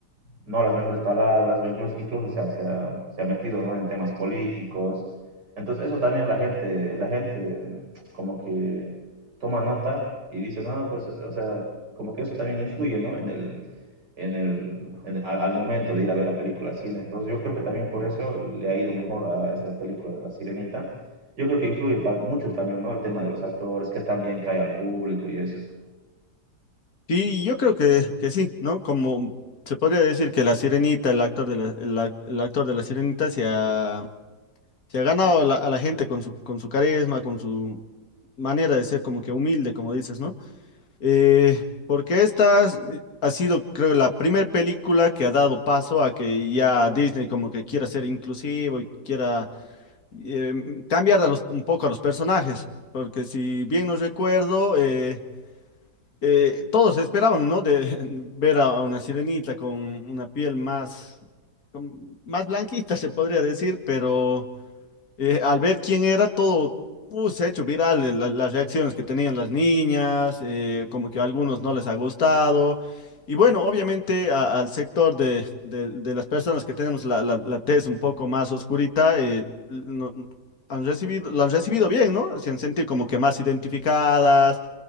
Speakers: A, on the right (about 90°); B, on the left (about 55°).
A: no las mejores palabras, o incluso, incluso se ha, se ha- se ha metido, ¿no? en temas políticos. Entonces, eso también la gente, la gente como que toma nota y dice, no, pues, o sea, como que eso también influye, ¿no? en el, en el, en- al, al momento de ir a ver la película al cine. Entonces, yo creo que también por eso le ha ido mejor a esta película de La Sirenita. Yo creo que influye ta- mucho también, ¿no? El tema de los actores, que también cae al público y eso.
B: Sí, yo creo que, que sí, ¿no? Como se podría decir que la Sirenita, el actor de la, el, ac- el actor de la Sirenita se ha, se ha ganado la- a la gente con su, con su carisma, con su manera de ser como que humilde, como dices, ¿no? Eh, porque esta es- ha sido, creo, la primera película que ha dado paso a que ya Disney como que quiera ser inclusivo y quiera em, cambiar a los- un poco a los personajes. Porque si bien no recuerdo, eh, eh, todos esperaban, ¿no? De <laughs> ver a una sirenita con una piel más, con- más blanquita, se podría decir, pero eh, al ver quién era todo, uh, se ha hecho viral eh, la- las reacciones que tenían las niñas, eh, como que a algunos no les ha gustado. Y bueno, obviamente a- al sector de, de- de las personas que tenemos la, la, la tez un poco más oscurita, eh, no- han recibido, la han recibido bien, ¿no? Se han sentido como que más identificadas.